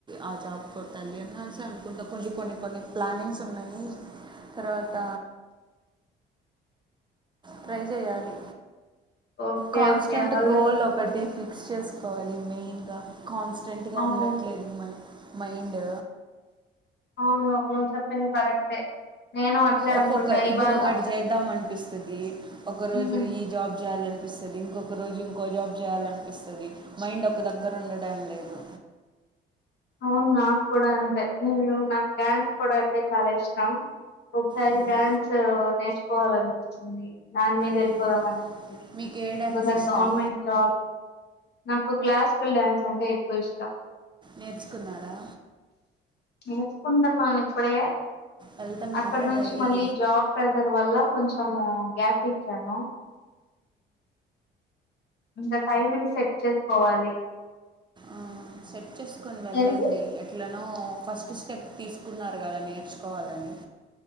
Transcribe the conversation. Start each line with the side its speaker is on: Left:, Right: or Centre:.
Right: ఆ జాబ్ కొట్టాలి అని అనేసిశాను కుండ కొన్ని కొన్ని ప్లానింగ్స్ ఉన్నాయి తర్వాత ట్రై చేయాలి
Left: ఓకే
Right: కాన్స్టెంట్
Left: ఓకే అలా
Right: గోల్ ఒకటి ఫిక్ కస్ చేసుకోవాలి మెయిన్గా కాన్స్టెంట్గా
Left: అవును
Right: ఉండట్లేదు అమ్మాయి మైండ్
Left: అవును నువ్ చెప్పిను కరెక్టే నేను అట్లే అనుకుంటా
Right: ఒక్కొక్క
Left: ఇవాళ
Right: ఇప్పుడు ఒకటి చేద్దాం అనిపిస్తుది ఒక రోజు
Left: ఉమ్,
Right: ఈ జాబ్ చేయాలని అనిపిస్తది ఇంకొక రోజు ఇంకో జాబ్ చేయాలనిపిస్తది మైండ్ ఒక దగ్గర ఉండడం లేదు
Left: అవును నాకు కూడా అంతే నేను నాకు డ్యాన్స్ కూడా అంటే చాలా ఇష్టం ఒకసారి
Right: మ్మ్.
Left: డ్యాన్స్ నేర్చుకోవాలి అనిపిించింది దాని మీద వెళ్ళిపోదాం
Right: మ్మ్.
Left: అనిపిస్తది
Right: మీకు ఏ డ్యాన్స్
Left: ఇంకోసారి
Right: ఇష్టం
Left: గవర్నమెంట్ జాబ్ నాకు క్లాసికల్ డాన్స్ అంటే ఎక్కువ ఇష్టం
Right: నేర్చుకున్నారా
Left: నేర్చుకుంటున్నాను ఇప్పుడే
Right: వెళ్తున్నారా
Left: అక్కడ నుంచి
Right: డైలీ
Left: మళ్ళీ జాబ్ ప్రెజర్ వల్ల కొంచెము గ్యాప్ ఇచ్చాను ఇంత టైమింగ్ సెట్ చేసుకోవాలి
Right: ఆ సెట్ చేసుకొని వెళ్ళండి
Left: ఏంటి
Right: ఎట్లా మం ఫస్ట్ స్టెప్ తీసుకున్నారు కదా నేర్చుకోవాలని